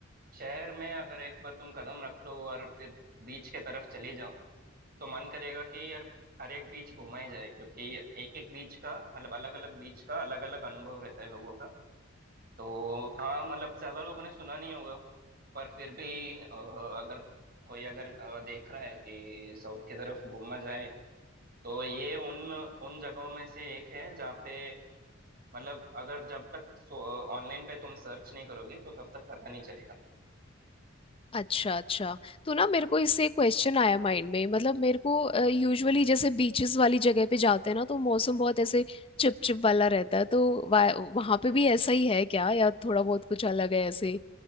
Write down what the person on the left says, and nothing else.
अच्छा अच्छा तो ना मेरे को इससे एक क्वेश्चन आया माइंड में मतलब मेरे को यूजुअली जैसे बीचेस वाली जगह पे जाते हैं ना तो मौसम बहुत ऐसे चिपचिप वाला रहता है तो वहां पे भी ऐसा ही है क्या या थोड़ा बहुत कुछ अलग है ऐसे